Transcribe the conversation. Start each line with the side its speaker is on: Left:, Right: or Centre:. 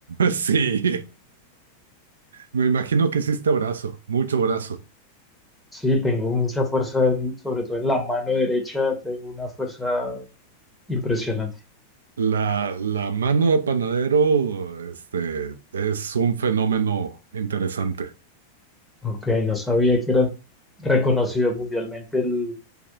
Right: <laughs> sí. Me imagino que hiciste brazo, mucho brazo.
Centre: Sí, tengo mucha fuerza, en- sobre todo en la mano derecha, tengo una fuerza impresionante.
Right: La, la mano de panadero, este, es un fenómeno interesante.
Centre: Ok, no sabía que era reconocido mundialmente el